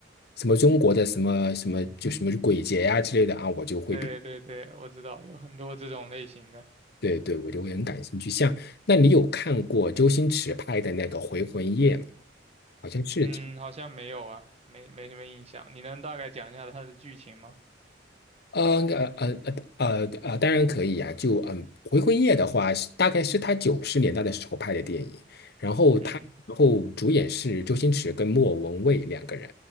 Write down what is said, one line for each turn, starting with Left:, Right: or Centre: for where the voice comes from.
Left: 什么中国的什么什么就什么鬼节呀、之类的啊，我就会比
Right: 对对对，我知道有很多这种类型的。
Left: 对对，我就会很感兴趣。像那你有看过周星驰拍的那个《回魂夜》吗？好像是。
Right: 嗯，好像没有啊，没没什么印象。你能大概讲一下它的剧情吗？
Left: 呃呃呃呃呃，呃当然可以呀、就嗯，《回魂夜》的话是大概是他九十年代的时候拍的电影，然后他然后主演是周星驰跟莫文蔚两个人
Right: 嗯